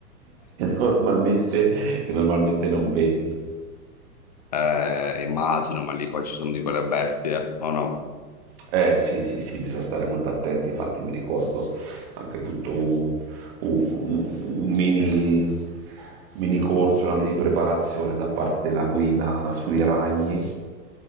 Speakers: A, on the right; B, on the left.
A: normalmente, che normalmente non vedi.
B: Eh, immagino, ma lì poi ci sono di quelle bestie, o no?
A: Eh sì, sì, sì, bisogna stare molto attenti, infatti mi ricordo anche tutto un, un- un mini, mini corso, una mini preparazione da parte della guida sui ragni,